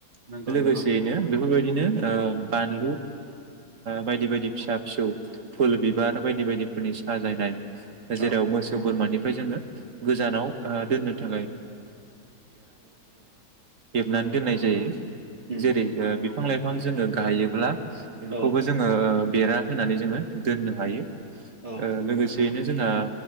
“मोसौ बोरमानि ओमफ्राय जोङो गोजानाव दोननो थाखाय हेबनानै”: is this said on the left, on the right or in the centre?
Right